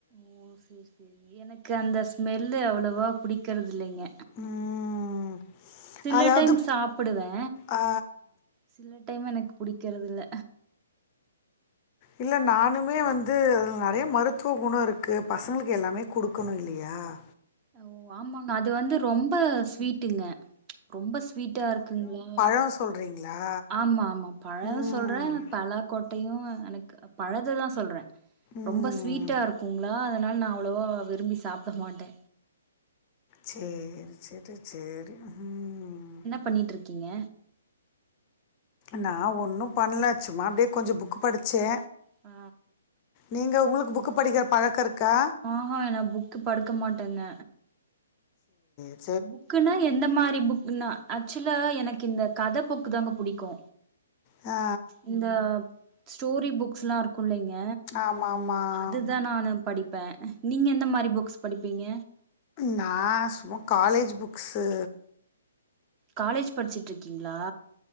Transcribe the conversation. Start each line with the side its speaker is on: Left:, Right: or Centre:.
Right: ஓ சேரி சேரி எனக்கு அந்த ஸ்மெல்லு அவ்வளவா பிடிக்கறது இல்லைங்க
Left: ம்
Right: சில
Left: அதாவது
Right: டைம் சாப்பிடுவே
Left: ஆ
Right: சில டைம் எனக்கு பிடிக்கிறது இல்ல
Left: இல்ல நானுமே வந்து அதுல நறைய மருத்துவ குணோ இருக்கு பசங்களுக்கு எல்லாமே குடுக்கணு இல்லையா அ
Right: ஓ ஆமாங்க அது வந்து ரொம்ப ஸ்வீட்டுங்க ரொம்ப ஸ்வீட்டா இருக்குங்களா
Left: ன்னா சொல்றீங்களா
Right: ஆமா ஆமா பழ
Left: ம்
Right: சொல்றே பலாக்கொட்டையு எனக்கு பழதுதா சொல்றே
Left: ம்
Right: ரொம்ப ஸ்வீட் ட்டா இருக்குங்களா அதனால நா அவ்ளோவா விரும்பி சாப்ட மாட்டே
Left: சேரி சேரி சேரி ம்
Right: பண்ணிட்டுருக்கீங்க
Left: நா ஒன்னு பண்ல சும்மா அப்டியே கொஞ்சோ புக்கு படிச்சே
Right: ஆ
Left: நீங்க உங்குளுக்கு புக்கு படிக்கிற பழக்க இருக்கா
Right: ஆஹா என்ன புக்கு படுக்க மாட்டேங்க
Left: சேர்
Right: புக்குனா என்ன மாரி புக்குனா ஆக்சுவலா எனக்கு இந்த கத புக்கு தாங்க புடிக்கு
Left: ஆ
Right: இந்த ஸ்டோரி புக்ஸ்லா இருக் இல்லைங்க
Left: ஆமாம் ஆமாம்
Right: அதுதா நாணு படிப்பே நீங்க எந்த மாரி புக்ஸ் படிப்பீங்க
Left: நா சும்மா காலேஜ் புக்ஸ்ஷு
Right: காலேஜ் படுச்சுட்ருக்கீங்களா